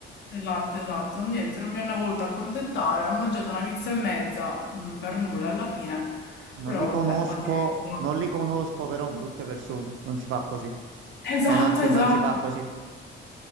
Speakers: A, on the left; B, on the right.
A: Esatto, esatto, niente, non mi hanno voluto accontentare, ho mangiato una pizza e mezza, mm, per nulla alla fine, però
B: Non li conosco,
A: vabbè, pazienza.
B: non li conosco però brutte persone, non si fa così.
A: Esatto,
B: Cioè non si,
A: esatto.
B: non si fa così.